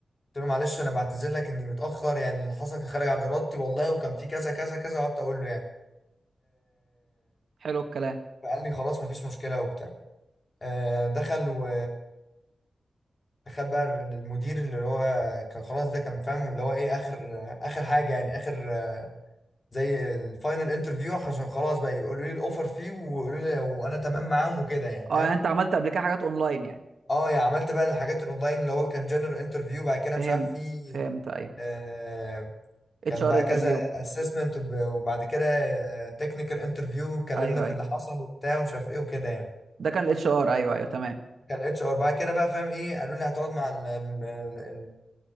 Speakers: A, on the left; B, on the right.
A: قلت له معلش انا بعتذر لك اني متاخر يعني اللي حصل كان خارج عن ارادتي والله وكان في كذا كذا كذا وقعدت اقول له يعني
B: حلو الكلام
A: فقال لي خلاص مفيش مشكلة وبتاع آه، دخل و خد بقى المدير اللي هو كان خلاص ده كان فاهم اللي هو ايه اخر اخر حاجة يعني اخر زي الفاينل انترفيو عشان خلاص بقى يقولوا لي الاوفر فيه ويقولوا لي وانا تمام معاهم وكده يعني فاهم
B: اه يعني انت عملت قبل كده حاجات اونلاين يعني
A: اه يعني عملت بقى الحاجات الاونلاين اللي هو كان جنرال انترفيو بعد كده
B: فهمت
A: مش عارف في
B: فهمت ايوه
A: آه
B: اتش
A: كان بقى
B: ار انترفيو
A: كذا اسسمنت وبعد كده تكنيكال انترفيو اتكلمنا
B: ايوه
A: في
B: ايوه
A: اللي حصل وبتاع ومش عارف ايه وكده يعني
B: ده كان الاتش ار ايوه ايوه تمام
A: كان الاتش ار بعد كده بقى فاهم ايه قالوا لي هتقعد مع الكلاينت